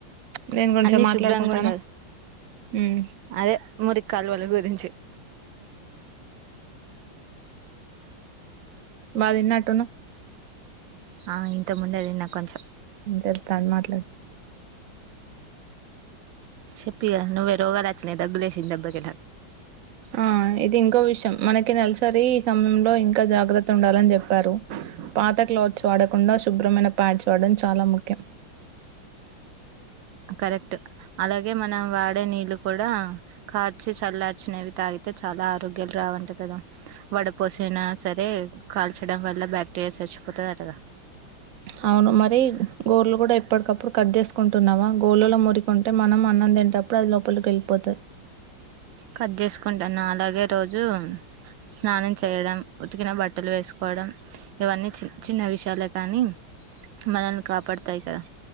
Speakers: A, on the right; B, on the right.
A: దేని గురించో
B: అన్నిీ
A: మాట్లాడుకుంటాను
B: శుభ్రంగా ఉండదు
A: ఉమ్
B: అదే మురి కాలువల గురించి
A: బదిన్నవ్
B: ఆ ఇంతకు ముందు తిన్న కొంచెం
A: తెలుస్తాం మాట్లాడ
B: చెప్పిగా ను్వేరుగా దచిన ద అగులేసి దబ్బక
A: ఆ ఇది ఇంకో విషయం మనకి నెలసరి ఈ సమయంలో ఇంకా జాగ్రత్త ఉండాలి చెప్పారు పాత క వాడకుండా శుభ్రమైన ప్యాడ్ వాడడం చాలా ముఖ్యం
B: కరెక్ట్ అలాగే మనం వాడే నీళ్లుు కూడా కార్చి చల్లార్చినవి తాగితయి అయితే చాలా ఆరోగ్యాలు రావంట కదా వడపోసిన సరే కాల్చడం వల్ల బ్యాక్టీరియా పచ్చపోతదట
A: <inaudible> అవును మరి గోళ్లు కూడా ఎప్పటికప్పుడు కట్ చేసుకుంటున్నావా గోళ్ళలో మురికుంటే మనం అన్న తింటప్పుడు అది లోపలికి వెళ్ళిపోతది
B: కట్ చేసుకుంటాను అలాగే రోజు స్నానం చేయడం ఉతికిన బట్టలు వేసుకోవడం ఇవన్నీ చి చిన్న విషయాలు కానీ మనల్ని కాపాడతాయి కదా